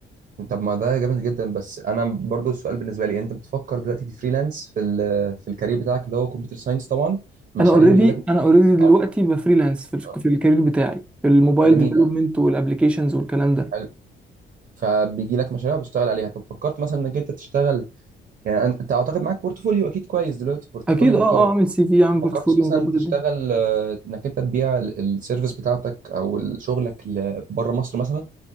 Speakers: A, on the right; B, in the centre.
A: طب ما ده جامد جدا بس انا برضو السؤال بالنسبه لي انت بتفكر دلوقتي تفريلانس في ال- في الكارير بتاعك اللي هو كمبيوتر ساينس طبعا مشاريع
B: انا اوريدي
A: بيجي لك مشاريع
B: انا اوريدي دلوقتي
A: عن-
B: بفريلانس في الك-
A: آه،
B: في الكارير بتاعي في الموبايل
A: جميله
B: ديفلوبمنت والابلكيشنز والكلام ده
A: حلو فبيجي لك مشاريع وبتشتغل عليها طب فكرت مثلا انك انت تشتغل يعني أن- انت اعتقد معاك بورتفوليو اكيد كويس دلوقتي بورتفوليو
B: اكيد
A: محترم
B: اه اه اعمل سي في اعمل
A: ما
B: بورتفوليو
A: فكرتش مثلا
B: مظبط
A: تشتغل
B: الدنيا
A: آه، انك انت تبيع ال- السيرفيس بتاعتك او ال- شغلك بره مصر مثلا